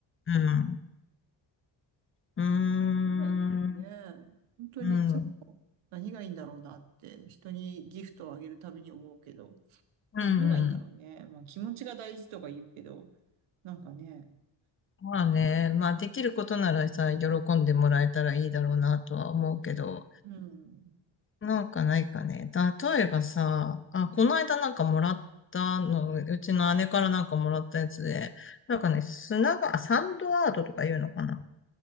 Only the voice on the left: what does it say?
うん。うーん。
うん。うん。
うん
まあね、まあできることならさ、喜んでもらえたらいいだろうなとは思うけど。
なんかないかね。例えばさ、あ、この間なんかもらったの、うちの姉からなんかもらったやつで、なんかね、砂が、あサンドアートとか言うのかな。